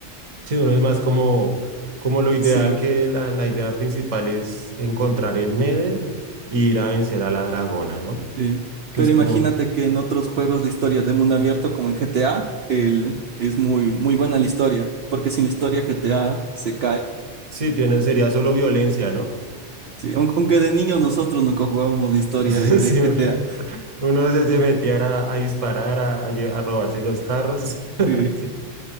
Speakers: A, on the right (about 30°); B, on the right (about 60°).
A: Sí, uno es más como, como lo ideal,
B: Sí,
A: que la, la idea principal es encontrar el Nether y ir a vencer a la dragona, ¿no?
B: sí.
A: Que
B: Pero
A: es
B: imagínate
A: como,
B: que en otros juegos de historia de mundo abierto, como en GTA, el, es muy, muy buena la historia. Porque sin la historia GTA se cae.
A: sí, tiene, sería solo violencia, ¿no?
B: Sí, aun- aunque de niños nosotros nunca jugábamos la historia
A: <laughs>
B: de,
A: Sí,
B: de GTA.
A: Uno se, se metía a, a disparar, a, a lle- a robarse los carros. <laughs>
B: Sí,
A: Sí.